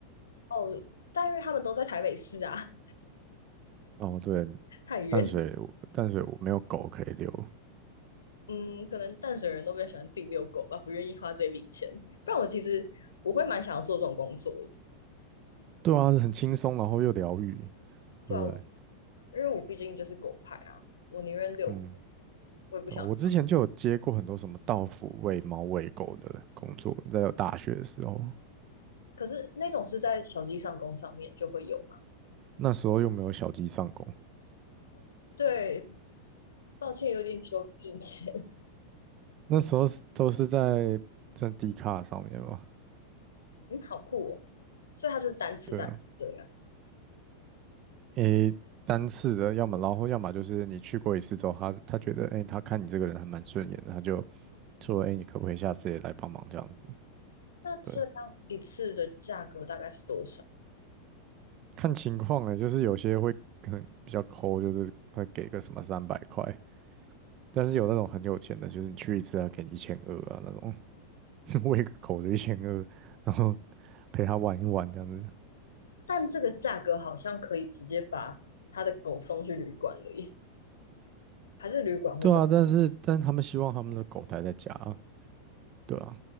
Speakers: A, on the left; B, on the right.
A: 哦，但是他们都在台北市啊，
B: 哦，对，
A: <laughs> 太远。
B: 淡水淡水我没有狗可以遛。
A: 嗯，可能淡水人都比较喜欢自己遛狗吧，不愿意花这笔钱。不然我其实我会蛮想要做这种工作的。
B: 对啊，很轻松，然后又疗愈，
A: 对啊，
B: 对不对？
A: 我因为我毕竟就是狗派啊，我宁愿遛狗，
B: 嗯。
A: 我也不想。
B: 对啊我之前就有接过很多什么到府喂猫喂狗的工作，在有大学的时候，
A: 可是那种是在小鸡上工上面就会有嘛？
B: 那时候又没有小鸡上工，
A: 对，抱歉，有点久以前。<laughs>
B: 那时候是都是在在 D 卡上面嘛，
A: 嗯，好酷哦。所以它就是单次单次这样。
B: 对啊，诶，单次的，要么然后要么就是你去过一次之后，他他觉得诶，他看你这个人还蛮顺眼的，他就说诶，你可不可以下次也来帮忙这样子？
A: 那这样一次的价格大概是多少？
B: 对，看情况啊，就是有些会可能比较抠，就是会给个什么三百块，但是有那种很有钱的，就是你去一次啊，给你一千二啊那种。喂个狗的一千二，然后陪它玩一玩这样子。
A: 但这个价格好像可以直接把他的狗送去旅馆了耶，还是旅馆会更？
B: 对啊，但是但他们希望他们的狗待在家啊对啊，